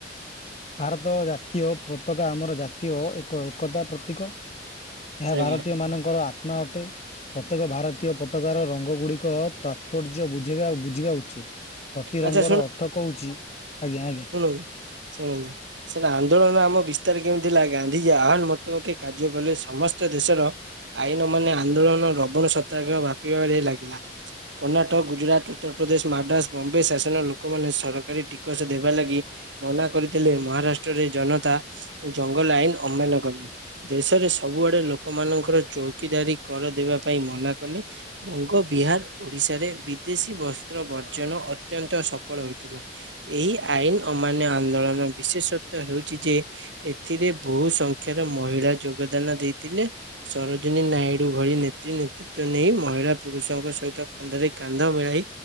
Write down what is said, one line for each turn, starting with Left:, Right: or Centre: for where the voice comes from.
Left: ଭାରତ ଜା ଜାତୀୟ ପତାକା ଆମର ଜାତୀୟ ଏକ ଏକତା ପ୍ରତୀକ। ଏହା
Right: ଆଜ୍ଞା
Left: ଭାରତୀୟମାନଙ୍କର ଆ ନ ଅଟେ ପ୍ରତ୍ୟେକ ଭାରତୀୟ ପ ତକାର ରଙ୍ଗଗୁଡ଼ିକ ତାତ୍ପର୍ଯ୍ୟ ବୁଝେଇବା ବୁଝିବା ଉଚିତ୍। ପ୍ରତି ରଙ୍ଗର
Right: ଆଚ୍ଛା
Left: ଅର୍ଥ କହୁଛି ଆଜ୍ଞା ଆଜ୍ଞା
Right: ଲ ଶୁଣନ୍ତୁ। ସେନା ଆନ୍ଦୋଳନ ଆମ ବିସ୍ତାର କେମିତି ଥିଲା ଗାନ୍ଧିଜୀ ଆହ୍ୱାନ ମତମକେ କାର୍ଯ୍ୟ କଲେ ସମସ୍ତ ଦେଶର ଆଇନ ଅମାନ୍ଯ ଆନ୍ଦୋଳନ ଲବଣ ସତ୍ୟାଗ୍ରହ ବ୍ୟାପିବାରେ ଲାଗିଲା। କର୍ଣ୍ଣାଟକ, ଗୁଜୁରାଟ, ଉତ୍ତରପ୍ରଦେଶ, ମାଣ୍ଡ୍ରାସ ବମ୍ବେ ଶାସନ ଲୋକମାନେ ସରକାରୀ ଟିକସ ଦେବା ଲାଗି ମନା କରିଥିଲେ, ମହାରାଷ୍ଟ୍ରରେ ଜନତା ଜଙ୍ଗଲ ଆଇନ ଅମାନ୍ଯ କଲେ। ଦେଶରେ ସବୁଆଡେ ଲୋକମାନଙ୍କର ଚୌକିଦାରି କରଦବା ପାଇଁ ମନା କଲେ। ବଙ୍ଗ, ବିହାର, ଓଡିଶାରେ ବିଦେଶୀ ବସ୍ତ୍ର ବର୍ଜନ ଅତ୍ୟନ୍ତ ସଫଳ ହୋଇଥିଲା। ଏହି ଆଇନ ଅମାନ୍ୟ ଆନ୍ଦୋଳନ ବିଶେଷତ୍ବ ହେଉଛି ଯେ ଏଥିରେ ବହୁ ସଂଖ୍ୟାର ମହିଳା ଯୋଗଦାନ ଦେଇଥିଲେ। ସରୋଜିନୀ ନାଇଡୁ ଭଳି ନେତ୍ରୀ ନେତି ତ ନେଇ ମହିଳା ପୁରୁଷଙ୍କ ସହିତ କାନ୍ଧରେ କାନ୍ଧ ମିଳାଇ